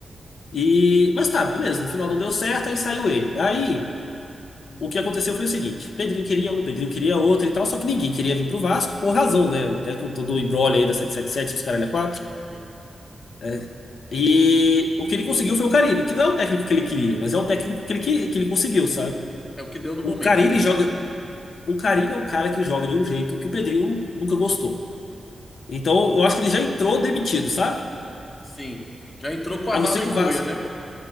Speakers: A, on the left (about 70°); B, on the left (about 35°).
A: E, mas tá, beleza, no final não deu certo, aí saiu ele. Aí o que aconteceu foi o seguinte: Pedrinho queria um, Pedrinho queria outro e tal, só que ninguém queria vir pro Vasco, por razão, né? Até com todo o embrolho aí da 777, os caralho a 4.
B: Sim.
A: É. E o que ele conseguiu foi o Carille, que não é o técnico que ele queria, mas é o técnico que ele, que, que ele conseguiu, sabe?
B: É o que deu no
A: O
B: momento,
A: Carille
B: né?
A: joga. O Carille é um cara que joga de um jeito que o Pedrinho nunca gostou. Então eu acho que ele já entrou demitido, sabe?
B: Sim. Já entrou com a
A: A
B: mala
A: não ser que
B: e
A: o
B: cuia,
A: Vasco.
B: né?